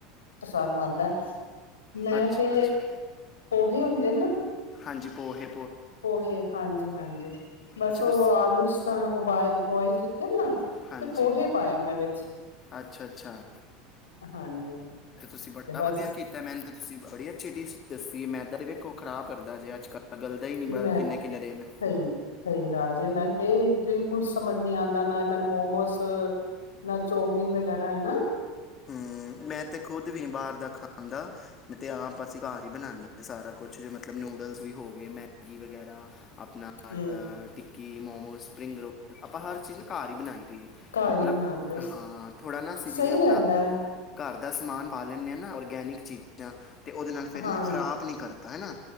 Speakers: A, on the left; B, on the left.
A: ਪਸੰਦ ਆਦਾ ਮੈਂ
B: ਅੱਛਾ
A: ਤੇ
B: ਅੱਛਾ
A: ਉਹੀ ਹੁੰਦੇ ਨਾ।
B: ਹਾਂਜੀ ਪੋਹੇ
A: ਪੋਹੇ ਹਾਂਜੀ-ਹਾਂਜੀ ਬਸ
B: ਅੱਛਾ
A: ਉਹ
B: ਤੁਸੀਂ
A: ਆਲੂ ਜਿਸ ਤ ਉਬਾਇਲ ਬੋਆਇਲ ਕੀਤੇ ਨਾ
B: ਹਾਂਜੀ
A: ਤੇ ਪੋਹੇ ਪਾਏ ਨਾਂ ਵਿੱਚ।
B: ਅੱਛਾ ਅੱਛਾ
A: ਹਾਂਜੀ।
B: ਸੀਂ ਬੜਾ
A: ਤੇ ਬਸ
B: ਵਧੀਆ ਕੀਤਾ। ਮੈਨੂੰ ਤੁਸੀਂ ਬੜੀ ਅੱਛੀ ਡੀਸ਼ ਦੱਸੀ ਮੈਂਦਾ ਵਖੋ ਖਰਾਬ ਕਰਦਾ ਅੱਜ ਕੱਲ੍ਹ ਗਲਦਾ ਹੀ ਨਹੀਂ ਬੜਾ
A: ਮੈਂ
B: ਕਿੰਨੇ
A: ਸਹੀ
B: ਕਿੰਨੇ ਦਿਨ
A: ਸਹੀ ਗੱਲ ਜੇ ਮੈਨ ਤੇ ਬਿਲਕੁਲ ਸਮਝ ਨੀ ਆਂਦਾ ਨਾ ਮੈਨ ਮੋਮੋਸ ਨਾ ਚੋਮੀਨ ਵਗੈਰਾ ਹੈ ਨਾ।
B: ਹੂੰ ਮੈਂ ਤੇ ਖੁਦ ਵੀ ਬਾਹਰ ਦਾ ਖਾਣ ਦਾ ਮੈ ਤੇ ਆਪ ਅਸੀਂ ਘਰ ਹੀ ਬਣਾਣੇ ਹਾਂ ਸਾਰਾ ਕੁਛ ਮਤਲਬ ਨੂਡਲਸ ਵੀ ਹੋ ਗਏ, ਮੈਗੀ ਵਗੈਰਾ ਆਪਣਾ ਅਹ
A: ਹਮ
B: ਟਿਕ ਕਿ ਮੋਮੋਸ, ਸਪਰਿੰਗ ਰੋਲ ਆਪਾਂ ਹਰ ਚੀਜ਼ ਨਾ ਘਰ ਹੀ ਬਣਾਈ ਦੀ ਮਤਲਬ
A: ਘਰ ਹੀ ਬਣਾ ਲਓ
B: ਹਾਂ ਥੋੜ੍ਹਾ ਨਾ ਅਸੀਂ
A: ਸਹੀ
B: ਜਿਵੇਂ ਅਪਣਾ
A: ਰਹਿੰਦਾ ਹੈ
B: ਘਰ ਦਾ ਸਮਾਨ ਪਾ ਲੈਂਦੇ ਆ ਨਾ ਔਰਗੈਨਿਕ ਚੀਜ਼ਾਂ ਤੇ ਉਹਦੇ ਨਾਲ ਫਿਰ
A: ਹਾਂ
B: ਨਾ ਖਰਾਬ ਨਹੀਂ ਕਰਦਾ ਹੈ ਨਾ